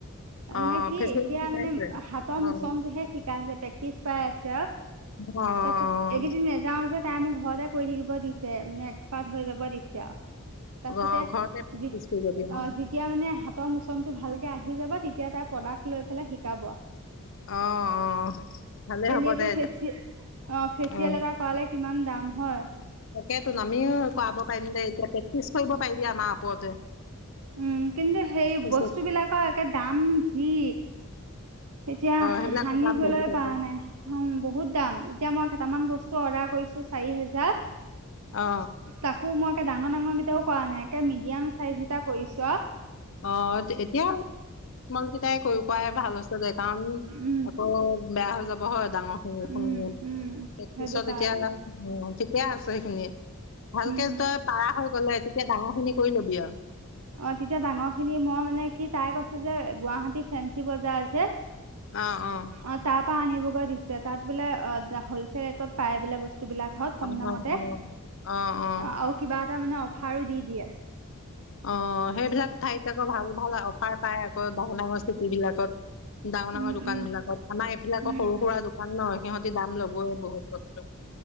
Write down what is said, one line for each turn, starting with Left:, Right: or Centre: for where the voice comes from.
Left: অ
Right: মানে কি
Left: ফেচিয়েলটো
Right: এতিয়া
Left: শিকাইছে
Right: মানে হাতৰ
Left: অ
Right: মোচনটোহে শিকাইছে প্ৰেক্টিচ তাৰিছত
Left: অ অ
Right: এইকেইদিন নাযাও যে তাই ম ঘৰতে কৰি থাকিব দিছে মানে এক্সপাৰ্ট হৈ যাব দিছে আৰু। তাৰ
Left: অ
Right: পিছতে অ
Left: ঘৰতে প্ৰেক্টিচ কৰি যাবি অ
Right: যেতিয়া মানে হাতৰ মোচন টো ভালকে আহে আহি যাব তেতিয়া তাই প্ৰদাক লৈ পেলাই শিকাব আৰু।
Left: আহ অ ভালেই হ'ব
Right: এনেইতো
Left: দে
Right: ফেচি ফেচিয়েল
Left: অ।
Right: এটা কৰালে কিমান দাম হয়
Left: তাকেতো নামিও কৰাব পাৰিম দে, এতিয়া প্ৰেক্টিছ কৰিব পাৰিবি আমাৰ ওপৰতে।
Right: উম কিন্তু সেই
Left: অ
Right: বস্তু বিলাকৰ একে দাম যি এতিয়া
Left: সেইবিলাকৰ
Right: সানিবলৈ
Left: দাম বহুত আকৌ
Right: পৰা নাই উম বহুত দাম এতিয়া মই দুটামান বস্তু অৰ্ডাৰ কৰিছো চাৰি হাজাৰ।
Left: অ
Right: তাকো ডাঙৰ ডাঙৰ কেইটাও কৰা নাই একে মিডিয়াম চাইজ কেইটা কৰিছো আও।
Left: আহ এতিয়া স্মলকটাই কৈ কোৱাই ভাল হৈছে দে কাৰণ
Right: উম
Left: আকৌ বেয়া হৈ যাব হয় ডাঙৰ খিনি শুন
Right: উম উম সেইটো
Left: পিছত
Right: কাৰণে
Left: এতিয়া ঠিকে আছে সেইখিনিয়ে ভালকে
Right: উম
Left: তই পাৰা হৈ গলে তেতিয়া ডাঙৰ খিনি কৰি ল'বি আও।
Right: অ তেতিয়া ডাঙৰ খিনি মই মানে কি তাই কৈছ যে, গুৱাহাটী ফেঞ্চি বজাৰ যে
Left: আহ আহ।
Right: অ তাৰ আনিবগৈ দিছে তাত বোলে অ হলছেল ৰেটত পায় বোলে বস্তু বস্তুবিলাক হয়
Left: অ
Right: কম দামতে
Left: অ অ অ অ
Right: আৰু কিবা এটা মানে অফাৰো দি দিয়ে।
Left: অ সেইবিলাক ঠাইত আকৌ ভাল ভাল অফাৰ পায় আকৌ ডাঙৰ ডাঙৰ চিটি বিলাকত ডাঙৰ
Right: উম
Left: ডাঙৰ দোকান
Right: উম
Left: বিলাকত আমাৰ এইবিলাকৰ
Right: উম।
Left: সৰু সুৰা দোকান ন সিহঁতি দাম ল'বই বহুত বস্তু। <inaudible>